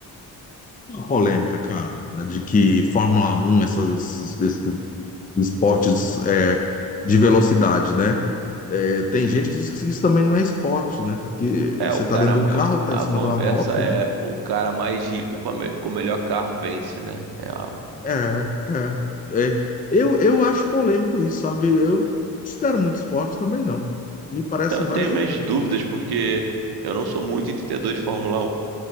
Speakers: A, on the left; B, on the right.
A: Uma polêmica, cara, de que Fórmula Um essas- esses, esses esportes é, de velocidade, né? É, tem gente que diz que isso também não é esporte, né? Que
B: É,
A: você
B: o cara.
A: tá dentro de um carro, tá
B: A
A: em cima
B: conversa
A: de uma moto,
B: é
A: né?
B: o cara mais rico com, a me- com o melhor carro vence, né? É a-
A: É, é. é. Eu, eu acho polêmico isso, sabe? Eu não considero muito esporte também, não. Me parece
B: Eu
A: mais
B: tenho minhas
A: um.
B: dúvidas porque eu não sou muito entendedor de Fórmula Um,